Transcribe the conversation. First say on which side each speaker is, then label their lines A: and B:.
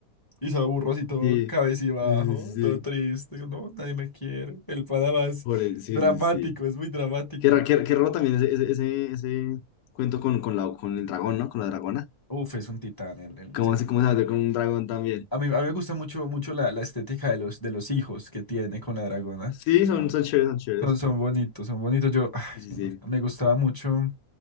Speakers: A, on the left (about 15°); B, on the left (about 75°).
A: Y se va Burro así todo
B: Sí,
A: cabecibajo,
B: sí, sí,
A: todo triste,
B: sí.
A: como, no, nadie me quiere. El pana más
B: Por el- sí,
A: dramático,
B: sí, sí.
A: es muy dramático.
B: Qué, raro qué, qué raro también ese, ese, ese, ese cuento con, con, la, con el dragón, ¿no? Con la dragona.
A: Uf, es un titán el, el
B: ¿Cómo
A: señor
B: se, cómo
A: Burro.
B: se mete con un dragón también?
A: A mí, a mí me gusta mucho, mucho la, la estética de los, de los hijos que tiene con la dragona.
B: Sí, son, son chéveres, son chéveres.
A: Son, son bonitos, son bonitos. Yo, ah,
B: Sí,
A: es
B: sí,
A: no,
B: sí.
A: no me gustaba mucho.